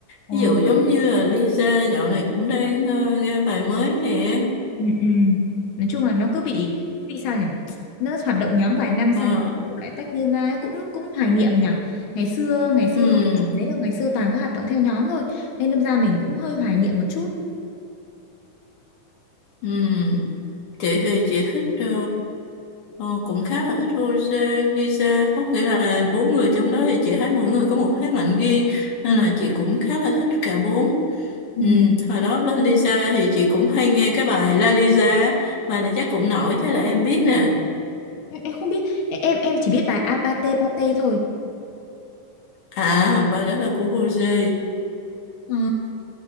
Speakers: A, on the left; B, on the left.
A: Ồ.
B: Ví dụ giống như là Lisa dạo này cũng đang ờ, ra bài mới nè.
A: Ừ, ừ. nói chung là nó cứ bị bị sao nhỉ nó hoạt động nhóm vài năm xong
B: Ờ,
A: rồi lại tách riêng ra ấy. cũng cũng hoài niệm nhỉ ngày xưa ngày xưa
B: ừm,
A: không có chuyện đấy đâu ngày xưa toàn có hoạt động theo nhóm thôi nên đâm ra mình cũng hơi hoài niệm một chút
B: ừm. chị thì chị thích ờ, ờ, cũng khá là thích Rosé, Lisa có nghĩa là bốn người trong đó thì chị thấy mỗi người có một thế mạnh riêng nên
A: ừ.
B: là chị cũng khá là thích cả bốn
A: Ừ.
B: ừ, hồi đó với Lisa thì chị cũng hay nghe cái bài La Lisa bài này chắc cũng nổi chắc là em biết nè
A: Em, em không biết em em chỉ biết bài Apate Pate thôi
B: à bài đó là của Rosé
A: Ờ.